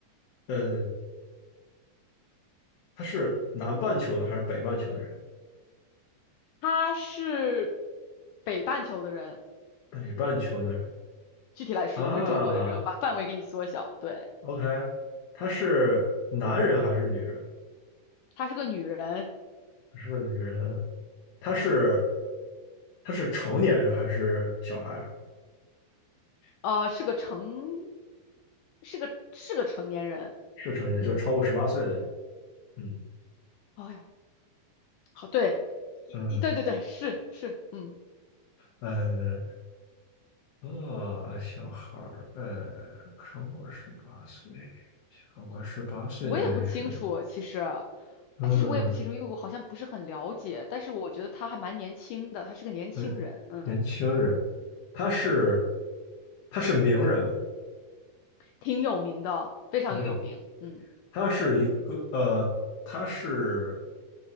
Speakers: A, on the left; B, on the left.
A: 呃，他是南半球的还是北半球的人？
B: 她是北半球的人，
A: 北半球的人
B: 具体来说，
A: 啊
B: 她是中国的人。我把范围给你缩小，对，
A: ，OK，他是男人还是女人？
B: 她是个女人，
A: 他是个女人。他是他是成年人还是小孩儿
B: 呃，是个成，是个是个成年人，
A: 是成年，
B: 嗯，
A: 就超过十八岁那种。嗯
B: 哎呦，好，对，一，
A: 嗯
B: 一对对对，是是，嗯，
A: 呃啊，小孩儿呃，超过十八岁，超过十八岁的人，
B: 我也不清楚，其实，
A: 嗯。
B: 哎，其实我也不清楚，因为我好像不是很了解，但是我觉得她还蛮年轻的，她是个年轻人，
A: 嗯，
B: 嗯，
A: 年轻人，他是他是名人，
B: 挺有名的，非常有名，
A: 没有，
B: 嗯。
A: 他是一个呃，他是